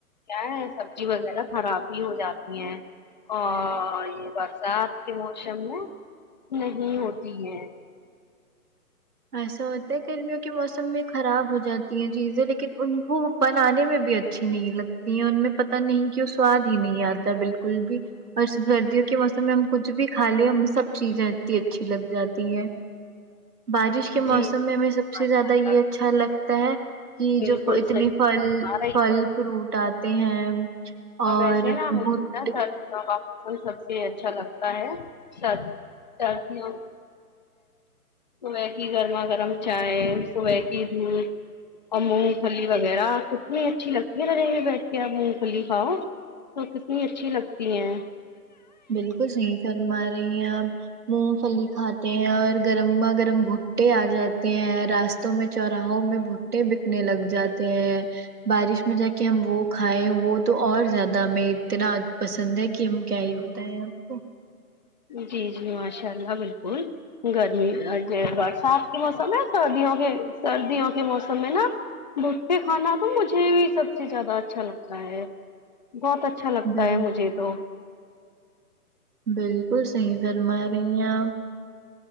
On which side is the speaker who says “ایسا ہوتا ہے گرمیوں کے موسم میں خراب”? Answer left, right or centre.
Right